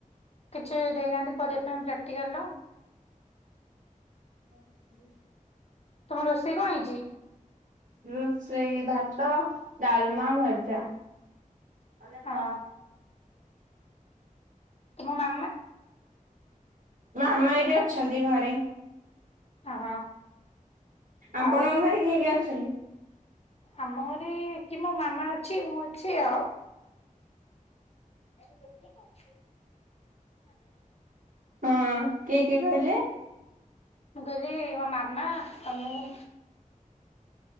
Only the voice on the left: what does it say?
କିଛି ଦେଇନାହାନ୍ତି କରିବା ପାଇଁ ପ୍ରାକ୍ଟିକାଲର।
ତମ ରୋଷେଇ କଣ ହେଇଛି?
ହଁ ତୁମ ମାମା?
ହଁ ହଁ।
ଆଉ
ଆମ ଘରେ କି ମୋ ମାମା ଅଛି ମୁଁ ଅଛି ଆଉ। ଏ
ମୁଁ କହିଲି ମୋ ମାମା ଆଉ ମୁଁ।